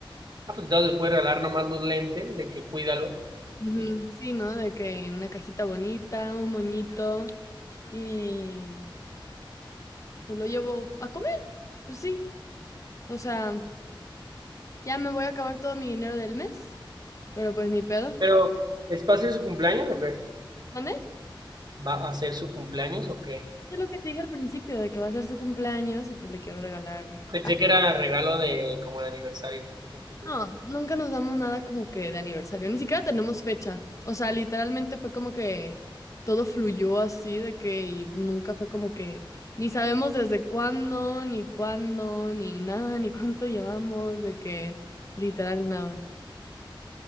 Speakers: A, on the right; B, on the left.
A: Ah, pues entonces les puedes regalar nomás los lentes, de que cuídalos.
B: Ujú,
A: y ya.
B: Sí, ¿no? De que una cajita bonita, un moñito y pues lo llevo a comer, pues sí. O sea, ya me voy a acabar todo mi dinero del mes, pero pues ni pedo.
A: Pero, ¿es para hacer su cumpleaños o qué?
B: ¿Mané?
A: ¿Va a hacer su cumpleaños o qué?
B: Es lo que te dije al principio, de que va a ser su cumpleaños y pues le quiero regalar
A: Pensé que era regalo de como de aniversario, me confundí.
B: No, nunca nos damos nada como que de aniversario, ni siquiera tenemos fecha. O sea, literalmente fue como que todo fluyó así de que y nunca fue como que ni sabemos desde cuándo, ni cuándo, ni nada, ni cuánto llevamos, de que literal nada.